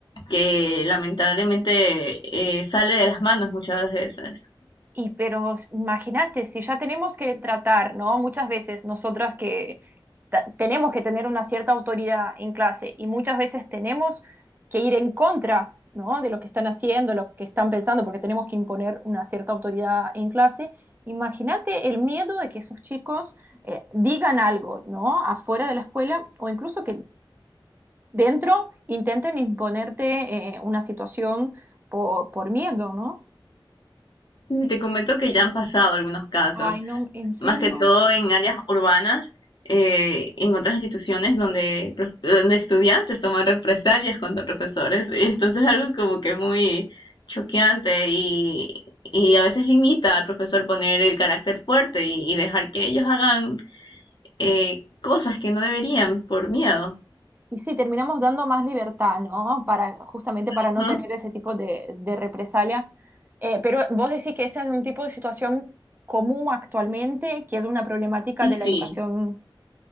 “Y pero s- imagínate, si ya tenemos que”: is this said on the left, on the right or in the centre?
Right